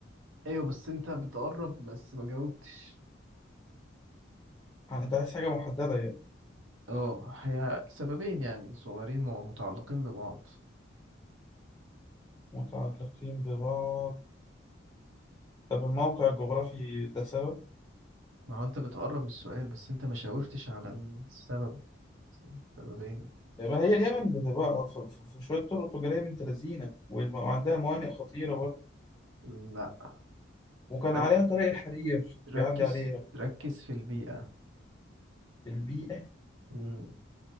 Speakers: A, on the right; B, on the left.
A: ايوه بس انت بتقرب بس ما جاوبتش
B: انت عايز حاجة محددة يعني
A: اه هي سببين يعني صغيرين مع- متعلقين ببعض
B: متعلقين ببعض طب الموقع الجغرافي ده سبب
A: ما هو انت بتقرب من السؤال بس انت ما شاورتش على السبب سببين
B: ما هي اليمن بتبقى في في- في شوية طرق تجارية بنت لذينة والم- وعندها موانئ خطيرة
A: لا
B: وكان
A: رك-
B: عليها طريق الحرير
A: ركز
B: بيعدي عليها
A: ركز في البيئة
B: البيئة
A: مم.